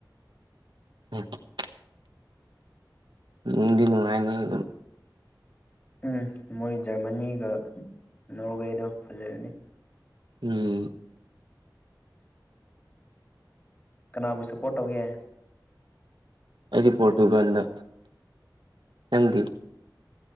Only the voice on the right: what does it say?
<inaudible> ꯅꯨꯗꯤ ꯅꯨꯡꯉꯥꯏꯅꯤ ꯑꯗꯨꯝ
ꯎꯝ
ꯑꯩꯗꯤ ꯄꯣꯔꯇꯨꯒꯜꯗ ꯅꯪꯗꯤ